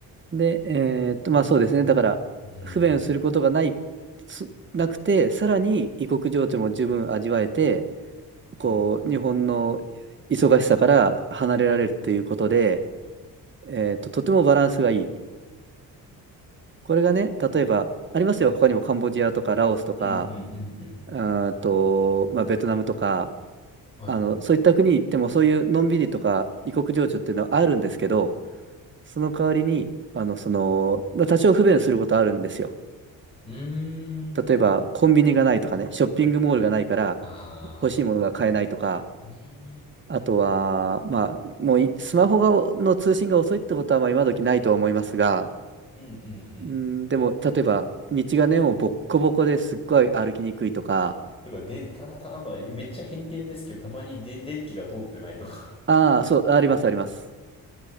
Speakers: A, on the right; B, on the left.
A: で、えーっと、まあそうですね。だから、
B: うん。
A: 不便することがない、すなくて、さらに異国情緒も十分味わえて、
B: うん。
A: こう、日本の忙しさから離れられるということで、えーと、とてもバランスがいい。これがね、例えば、ありますよ、他にもカンボジアとかラオスとか、
B: うん、うん、うん、うん。
A: うーんと、まあ、ベトナムとか、
B: はい。
A: あの、そういった国に行っても、そういうのんびりとか異国情緒っていうのはあるんですけど、その代わりに、あの、その、まあ、多少不便することあるんですよ。
B: うーん。
A: 例えば、コンビニがないとかね、ショッピングモールがないから、
B: ああ、
A: 欲しいものが買えないとか、
B: ね
A: あとは、まあ、もういスマホがの通信が遅いってことはまあ今時ないとは思いますが、
B: え。うん、う
A: うん、
B: ん、
A: でも、例えば、道がね、もうボッコボコですっごい歩きにくいとか、
B: うん。とか、で、たまたま、なんか、めっちゃ偏見ですけど、たまにで、電気が通ってないとか。
A: ああ、そう、あります、あります。